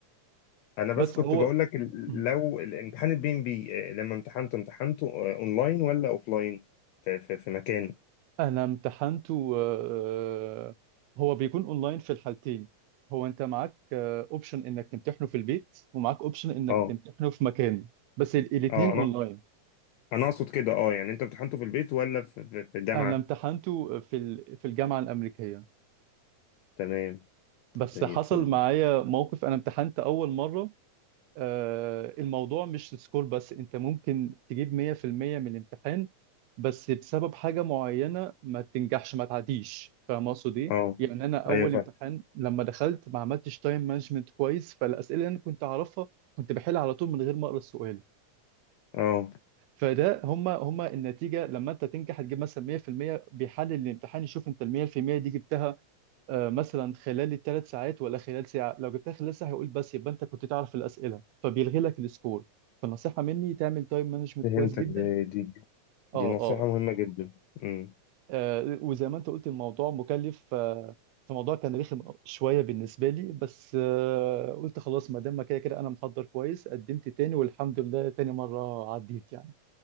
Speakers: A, on the left; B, on the right.
A: انا بس
B: بس
A: كنت
B: هو
A: بقول لك ال-
B: مم.
A: لو الامتحان البي ام بي لما امتحنت امتحنته آه، اونلاين ولا اوفلاين في, في, في مكان
B: أنا امتحنته آه، آه، هو بيكون أونلاين في الحالتين هو أنت معاك أوبشن إنك تمتحنه في البيت ومعاك أوبشن إنك
A: اه
B: تمتحنه في مكان بس ال- الاتنين
A: اه انا
B: أونلاين
A: انا اقصد كده اه يعني انت امتحنته في البيت ولا في, في, في الجامعه
B: أنا امتحنته في ال- في الجامعة الأمريكية
A: تمام
B: بس
A: زي
B: حصل
A: الفل
B: معايا موقف أنا امتحنت أول مرة آه، الموضوع مش سكور بس انت ممكن تجيب 100% من الامتحان بس بسبب حاجة معينة ما تنجحش ما تعديش فاهم اقصد ايه؟
A: اه
B: يعني انا اول
A: ايوه فاهم
B: امتحان لما دخلت ما عملتش تايم مانجمنت كويس فالاسئلة اللي انا كنت اعرفها كنت بحل على طول من غير ما اقرا السؤال
A: اه
B: فده هما هما النتيجة لما انت تنجح هتجيب مثلا 100% بيحلل الامتحان يشوف انت ال 100% دي جبتها آه، مثلا خلال الثلاث ساعات ولا خلال ساعة لو جبتها خلال ساعة هيقول بس يبقى انت كنت تعرف الأسئلة فبيلغي لك السكور فالنصيحة مني تعمل تايم مانجمنت
A: فهمتك
B: كويس جدا
A: دي دي
B: اه
A: دي نصيحة
B: اه
A: مهمة جدا امم
B: آه، وزي ما انت قلت الموضوع مكلف آه، فالموضوع كان رخم شوية بالنسبة لي بس آه، قلت خلاص ما دام ما كده كده انا محضر كويس قدمت تاني والحمد لله تاني مرة عديت يعني